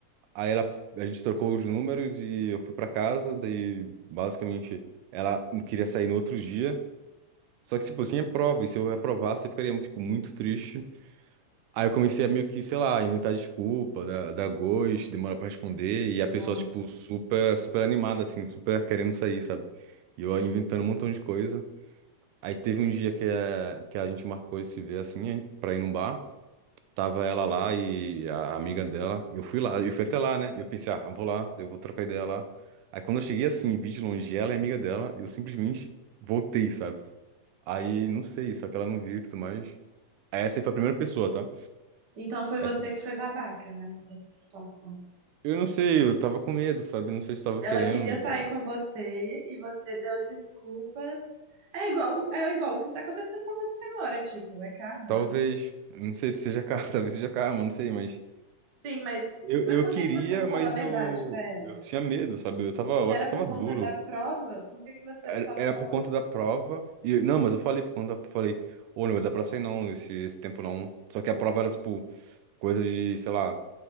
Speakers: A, on the right (about 80°); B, on the right (about 55°).
A: Aí ela, a gente trocou os números e eu fui pra casa, daí basicamente ela não queria sair no outro dia. Só que, tipo, eu tinha prova, e se eu reprovasse, eu ficaria, tipo, muito triste. Aí eu comecei a meio que, sei lá, inventar desculpa, dar, dar ghost, demora pra responder, e
B: Nossa.
A: a pessoa, tipo, super, super animada, assim, super querendo sair, sabe? E eu inventando um montão de coisa. Aí teve um dia que a, que a gente marcou de se ver, assim, pra ir num bar. Tava ela lá e a amiga dela. E eu fui lá, eu fui até lá, né? E eu pensei, ah, eu vou lá, eu vou trocar ideia lá. Aí quando eu cheguei assim, vi de longe ela e a amiga dela, eu simplesmente voltei, sabe? Aí, não sei, só que ela não viu e tudo mais. Aí Essa aí foi a primeira pessoa, tá?
B: Então foi
A: Essa
B: você
A: foi-
B: que foi babaca, né, nessa situação.
A: Eu não sei, eu tava com medo, sabe? Não sei se eu tava
B: Ela
A: querendo.
B: queria sair com você e você deu desculpas. É igual, é igual o que tá acontecendo com você agora, tipo, é karma,
A: Talvez.
B: não?
A: Não sei se seja karma, <laughs> talvez seja karma, não sei, mas.
B: Sim, mas,
A: Eu, eu
B: mas por
A: queria,
B: que que você não
A: mas
B: falou a verdade
A: eu,
B: pra ela?
A: eu tinha medo, sabe? Eu tava, eu
B: Se
A: acho
B: era
A: que eu tava
B: por
A: duro.
B: conta da prova, por que que você
A: Era
B: só não
A: era
B: falou?
A: por conta da prova. E, não, mas eu falei por conta da, falei, ô, não vai dar pra sair não, esse, esse tempo não. Só que a prova era, tipo, coisa de, sei lá,